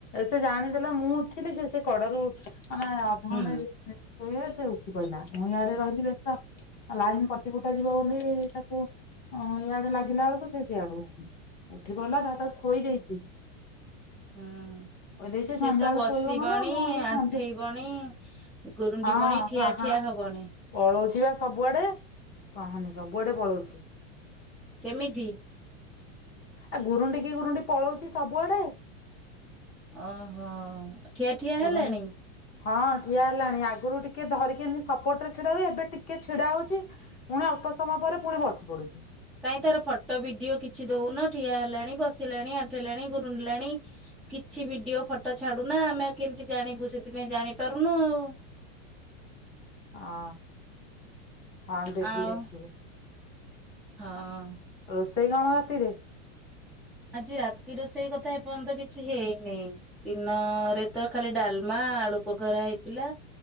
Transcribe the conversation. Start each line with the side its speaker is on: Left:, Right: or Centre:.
Left: ସେ ଜାଣିଦେଲା ମୁଁ ଉଠିଲି ସେ ସେ କଡରୁ ଆମ ଅର୍ଧଘଣ୍ଟା
Centre: ହୁଁ
Left: ଯ ଶୋଇ ସେ ଉଠି ପଡିଲା ମୁଇଁ ଆଡରେ ରହିଲି ବସ୍ତ ଲାଇନ କଟି କୁଟା ଯିବ ବୋଲି ସେ ତାକୁ ଇଆଡେ ଲାଗିଲା ବେଳକୁ ସେ ସଇଆଡ ଉଠି ପଡିଲା ତା ତାକୁ ଖଇ ଦେଇଛି।
Centre: ହୁଁ
Left: ଖୋଇ ଦେଇଛି
Centre: ସେ
Left: ସନ୍ଧ୍ୟାବେଳେ
Centre: ତ ବସିବଣି
Left: ଶୋଇବ କଣ ମୁଁ ଏଇ
Centre: ଆଣ୍ଠେଇବଣି
Left: ସନ୍ଧ୍ୟା
Centre: ଗୁରୁଡିିବଣି
Left: ହଁ
Centre: ଠିଆ
Left: ହଁ
Centre: ଠିଆ ହବଣି
Left: ପଳଉଛି ବା ସବୁଆଡେ କହନି ସବୁଆଡେ ପଳଉଛି।
Centre: କେମିତି?
Left: ଆଉ ଗୁରୁଣ୍ଡି ଗୁରୁଣ୍ଡି ପଳଉଛି ସବୁଆଡେ
Centre: ଅହୋ। ଠିଆଠିଆ
Left: ଗୁରୁଣ୍ଡି
Centre: ହେଲାଣି
Left: ହଁ ଠିଆ ହେଲାଣି ଆଗରୁ ଟିକେ ଧରିକି ଏମିତି ସପୋଟ ରେ ଛିଡା ହୁଏ ଏବେ ଟିକେ ଛିଡା ହଉଛି ପୁଣି ଅଳ୍ପ ସମୟ ପରେ ପୁଣି ବସି ପଡୁଛି।
Centre: କାହିଁ ତାର ଫଟୋ ଭିଡିଓ କିଛି ଦଉନ ଠିଆ ହେଲାଣି ବସିଲାଣି ଆଣ୍ଠେଇଲାଣି ଗୁରୁଣ୍ଡିଲାଣି କିଛି ଭିଡିଓ ଫଟୋ ଛାଡୁନା ଆମେ ଆଉ କେମିତି ଜାଣିବୁ ସେଥିପାଇଁ ଜାଣିପାରୁନୁ ଆଉ।
Left: ହଁ ହଁ ଦେବି
Centre: ଆଉ
Left: ଦେଖିବୁ।
Centre: ହଁ
Left: ରୋଷେଇ କଣ ରାତିରେ?
Centre: ଆଜି ରାତିର ସେଇ କଥା ଏପନ୍ତ କିଛି ହେଇନହିଁ ଦିନରେ ତ ଖାଲି ଡାଲମା ଆଳୁ ପଖରା ହେଇଥିଲା।